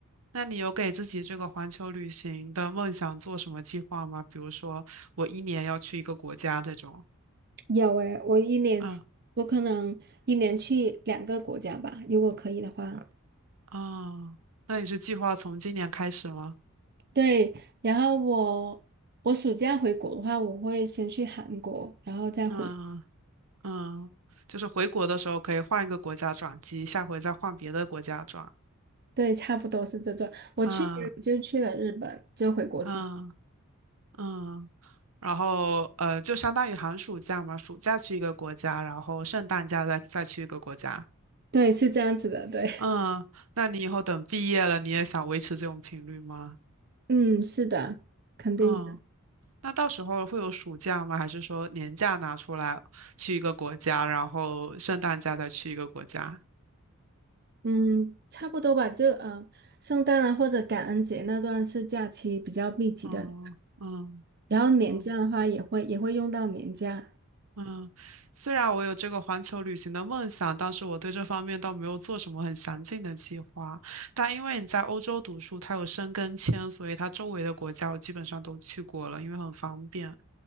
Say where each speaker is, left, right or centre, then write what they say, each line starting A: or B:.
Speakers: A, on the right (about 80°); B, on the right (about 45°).
A: 那你有给自己这个环球旅行的梦想做什么计划吗？比如说，我一年要去一个国家这种。
B: 有诶，我一年，
A: 嗯
B: 我可能一年去两个国家吧，如果可以的话。
A: 哦，那你是计划从今年开始吗？
B: 对，然后我我暑假回国的话，我会先去韩国，然后再回。
A: 嗯嗯，就是回国的时候可以换一个国家转机，下回再换别的国家转。
B: 对，差不多是这种。我去年就去了日本，
A: 嗯
B: 就回国之。
A: 嗯嗯，然后呃，就相当于寒暑假嘛，暑假去一个国家，然后圣诞假再再去一个国家。
B: 对，是这样子的，对，
A: 嗯，那你以后等毕业了，你也想维持这种频率吗？
B: <laughs> 嗯，是的，肯定。
A: 嗯，
B: 的。
A: 那到时候会有暑假吗？还是说年假拿出来去一个国家，然后圣诞假再去一个国家？
B: 嗯，差不多吧，就呃，圣诞啊或者感恩节那段是假期比较密集的，
A: 嗯嗯
B: 然后年假的话也会也会用到年假。
A: 嗯。嗯，虽然我有这个环球旅行的梦想，但是我对这方面倒没有做什么很详尽的计划。但因为你在欧洲读书，它有申根签，所以它周围的国家我基本上都去过了，因为很方便。